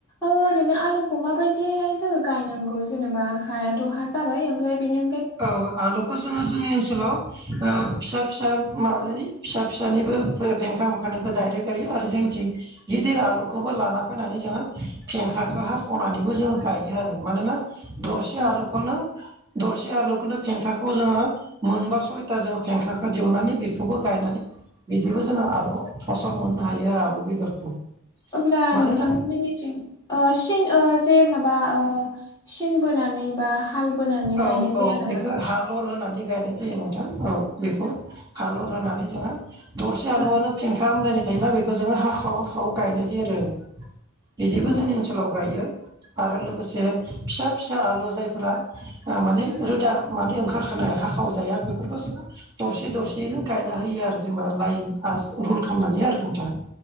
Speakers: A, on the left; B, on the right.
A: ओरैनो आलुखौ माबायदिहाय जोङो गायनांगौ जेनेबा हायाथ' हा जाबाय ओमफ्राय बिनि
B: औ आलुखौ जोंङो जोंनि ओनसोलाव ओ फिसा फिसा माबानि फिसा फिसानिबो फेंखा ओंखारनायखौ दायरेक्ट गायो आरो जोंथिं गिदिर आलुखौबो लाना फायनानै जोंङो फेंखाखौ हास'नानैबो जों गायो आरो मानोना दरसे
A: उम
B: आलुखौनो दरसे बिदि आलुखौनो फेंखाखौ जोंङो मोनबा सयथा जों फेंखाखौ दिहुननानै बेखौबो गायनानै बिदिबो जोंङो आलु फसल मोननो हायो आरो आलु बेदरखौ।
A: अब्ला
B: मानोना
A: नोंथां मोननिथिं ओ सिन जे माबा ओ सिन बोनानै बा हाल बोनानै
B: औ
A: गायनाय जाया
B: औ
A: नामा?
B: बेखौ हालर होनानै गायनाय जायो नोंथां औ बेखौ हालर होनानै जोंङो दरसे आलुआनो
A: औ
B: फेंखा आमदानि थायोना बेखौ जोंङो हाखाव हाखाव गायनाय जायो आरो बिदिबो
A: औ
B: जोंङो सोलाव गायो आरो लोगोसे फिसा फिसा आलु जायफोरा आ माने रोदा माने ओंखारखानाय हाखाव जाया बेफोरखौ जोंङो दरसे दरसेयैनो गायना होयो आरो जेनेबा लाइन आस रुल खालामनानै आरो नोंथां।